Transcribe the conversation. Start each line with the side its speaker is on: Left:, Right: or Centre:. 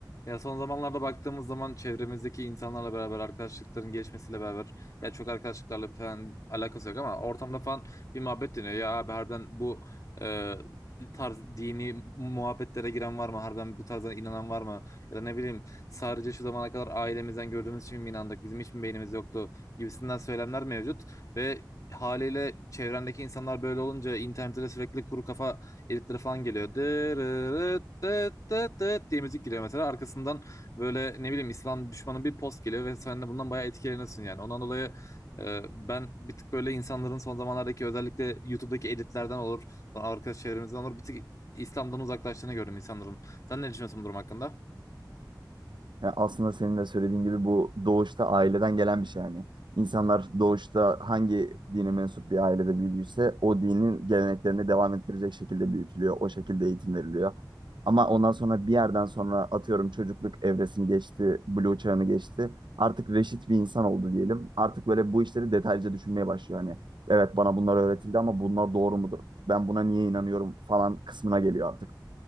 Left: Ya son zamanlarda baktığımız zaman çevremizdeki insanlarla beraber arkadaşlıkların gelişmesiyle beraber ya çok arkadaşlıklarla falan alakası yok ama ortamda falan bir muhabbet dönüyor. Ya abi harbiden bu e, tarz dini muhabbetlere giren var mı? Harbiden bu tarzdan inanan var mı? Ya da ne bileyim sadece şu zamana kadar ailemizden gördüğümüz için mi inandık? Bizim hiç mi beynimiz yoktu? Gibisinden söylemler mevcut ve haliyle çevrendeki insanlar böyle olunca internette de sürekli kuru kafa editleri falan geliyor. Dırırıt, dıt, dıt, dıt diye müzik geliyor mesela. Arkasından böyle ne bileyim İslam düşmanı bir post geliyor ve sen de bundan bayağı etkileniyorsun yani. Ondan dolayı e, ben bir tık böyle insanların son zamanlardaki özellikle YouTube'daki editlerden olur, sonra arkadaş çevremizden olur bir tık İslam'dan uzaklaştığını gördüm insanların. Sen ne düşünüyorsun bu durum hakkında?
Right: Ya aslında senin de söylediğin gibi bu doğuşta aileden gelen bir şey yani. İnsanlar doğuşta hangi dine mensup bir ailede büyüdüyse o dinin geleneklerini devam ettirecek şekilde büyütülüyor. O şekilde eğitim veriliyor. Ama ondan sonra bir yerden sonra atıyorum çocukluk evresini geçti, buluğ çağını geçti. Artık reşit bir insan oldu diyelim. Artık böyle bu işleri detaylıca düşünmeye başlıyor. Hani evet bana bunlar öğretildi ama bunlar doğru mudur? Ben buna niye inanıyorum falan kısmına geliyor artık